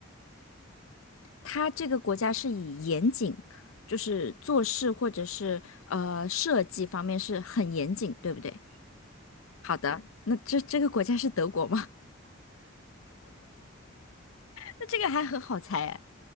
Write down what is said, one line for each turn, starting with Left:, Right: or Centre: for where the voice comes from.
Right: 对，
Left: 它这个国家是以严谨，就是做事或者是呃设计方面是很严谨，对不对？
Right: 是是是是
Left: 好的，那这这个国家是德国吗？
Right: 啊，对，
Left: <laughs> 那这个还很好猜哎。